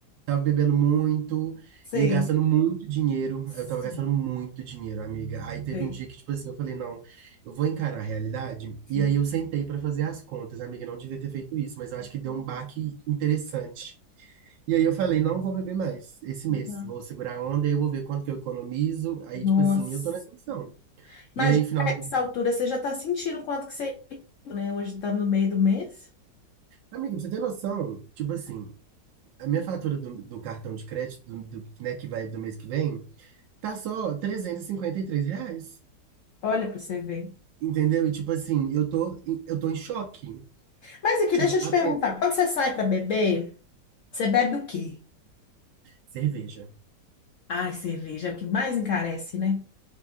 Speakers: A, on the right; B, on the left.
A: tava bebendo muito,
B: Sei.
A: ia gastando muito dinheiro.
B: Sei.
A: Eu tava gastando muito dinheiro, amiga. Aí teve
B: Sei.
A: um dia que, tipo assim, eu falei, não, eu vou encarar a realidade.
B: Sei.
A: E aí eu sentei pra fazer as contas, amiga. Não devia ter feito isso, mas eu acho que deu um baque interessante. E aí eu falei, não vou beber mais esse mês.
B: Uhum.
A: Vou segurar a onda, aí eu vou ver quanto que eu economizo. Aí,
B: Nossa.
A: tipo assim, eu tô nessa missão.
B: Imagina,
A: E aí, final
B: a
A: do...
B: essa altura você já tá sentindo quanto que você, né? Hoje estamos no meio do mês.
A: Amiga, pra você ter noção, tipo assim, a minha fatura do, do cartão de crédito, do, do, né, que vai do mês que vem, tá só 353 reais.
B: Olha para você ver.
A: Entendeu? E tipo assim, eu tô, em- eu tô em choque.
B: Mas aqui,
A: Tipo,
B: deixa eu te
A: a
B: perguntar,
A: pe-
B: quando você sai para beber, você bebe o quê?
A: cerveja.
B: Ai, cerveja é o que mais encarece, né?